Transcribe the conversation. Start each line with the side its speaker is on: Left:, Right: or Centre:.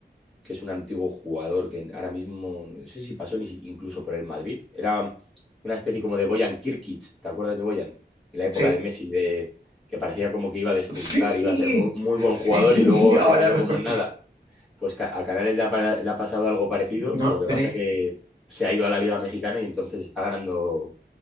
Centre: que es un antiguo jugador que ahora mismo, no sé si pasó ni si- incluso por el Madrid, era una especie como de Boyan Kirkic, ¿te acuerdas de Boyan? En la época
Right: Sí,
Centre: de Messi, de, que parecía como que iba a despuntar,
Right: sí,
Centre: iba a ser muy, muy
Right: sí,
Centre: buen jugador y luego
Right: <laughs> ahora
Centre: se quedó
Right: me
Centre: como
Right: acordé.
Centre: en nada. Pues ca- a Canales le ha, para- le ha pasado algo parecido,
Right: No,
Centre: lo que
Right: pero,
Centre: pasa
Right: es-
Centre: que se ha ido a la Liga Mexicana y entonces está ganando,